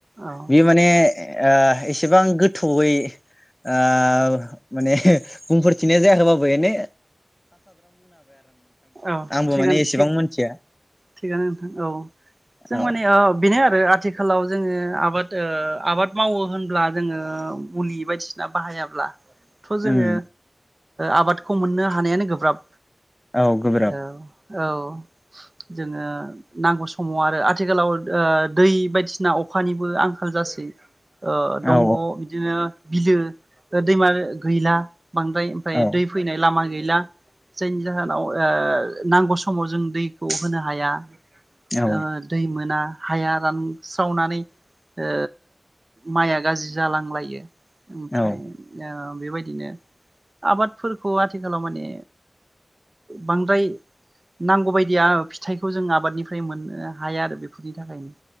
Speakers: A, on the right; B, on the left.
A: औ
B: बेयो माने ओ एसेबां गोथौयै ओ माने बुंफोर <unintelligible> जायाखैबाबो एने
A: औ
B: आंबो
A: थिगानो
B: माने एसेबां
A: थिग
B: मोनथिया
A: थिगानो नोंथां औ जों
B: औ
A: माने ओ बेनो आरो आथिखालाव जोङो आबाद ओ आबाद मावो होनब्ला जोङो मुलि बायदिसिना बाहायाब्ला थ जोङो
B: उम
A: आबाद खौ मोननो हानायानो गोब्राब
B: औ गोब्राब
A: औ औ जोङो नांगौ समाव आरो आथिखालाव ओ दै बायदिसिना अखानिबो आंखाल जासै ओ दंग
B: औ
A: बिदिनो बिलो दैमा गैला। बांद्राय ओमफ्राय
B: औ
A: दै फैनाय लामा गैला जायनि जाहोनाव ओ नांगौ समाव जों दैखौ होनो हाया
B: औ
A: ओ दै मोना हाया रानस्रावनानै ओ माइआ गाज्रि जालांलायो। ओमफ्राय
B: औ
A: ओ बेबायदिनो आबाद फोरखौ आथिखालाव माने बांद्राय नांगौ बायदिया फिथाइखौ जों आबादनिफ्राय मोननो हाया आरो बेफोरनि थाखायनो।